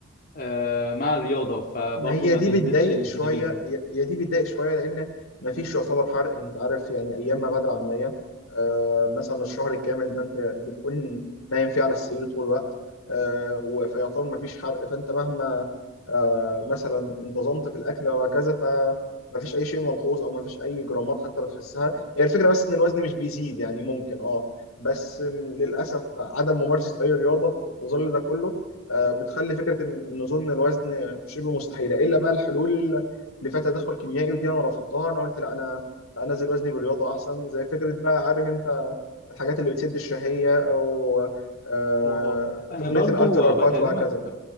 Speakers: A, on the left (about 40°); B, on the left (about 85°).
A: آه، مع الرياضة فبرضه
B: ما هي
A: ما
B: دي
A: تهملش
B: بتضايق
A: الجانبين
B: شويه
A: دول
B: هي هي دي بتضايق شويه لان ما فيش يعتبر حرق انت عارف يعني ايام ما بعد العمليه آه مثلا الشهر الكامل ده انت بتكون نايم فيه على السرير طول الوقت آه و- فيعتبر ما فيش حرق فانت مهما آه مثلا انتظمت في الاكل وهكذا فما فيش اي شيء ملحوظ او ما فيش اي جرامات حتى بتحسها هي الفكره بس ان الوزن مش بيزيد يعني ممكن اه بس للاسف عدم ممارسه اي رياضه في في ظل ده كله آه، بتخلي فكره إن- ان نزول الوزن شبه مستحيله الا بقى الحلول اللي فيها تدخل كيميائي ودي انا رفضتها انا قلت لا انا انزل وزني بالرياضه احسن زي فكره بقى عارف انت الحاجات اللي بتسد الشهيه او آه
A: اه اه انا
B: تقنيه
A: برضه
B: الالترا كات
A: بكلمك
B: وهكذا